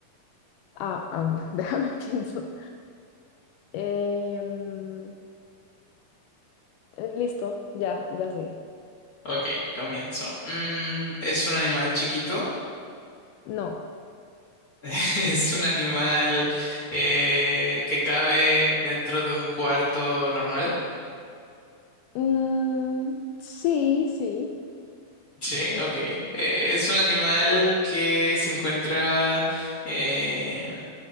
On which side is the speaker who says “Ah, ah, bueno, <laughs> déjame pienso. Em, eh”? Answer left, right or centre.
Left